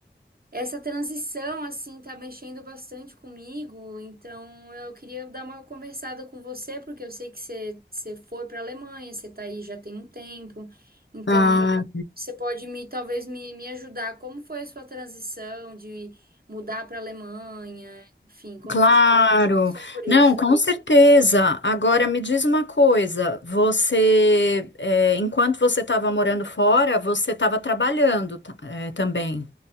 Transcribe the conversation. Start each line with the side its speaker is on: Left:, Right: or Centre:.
Right: Essa transição, assim, tá mexendo bastante comigo, então eu queria dar uma conversada com você, porque eu sei que você, você foi para a Alemanha, você tá aí já tem um tempo, então
Left: Ah,
Right: você pode me, talvez me, me ajudar. Como foi a sua transição de mudar para a Alemanha? Enfim, como
Left: claro.
Right: que você passou por isso?
Left: Não, com certeza. Agora me diz uma coisa. Você, é, enquanto você estava morando fora, você estava trabalhando, ta- é, também.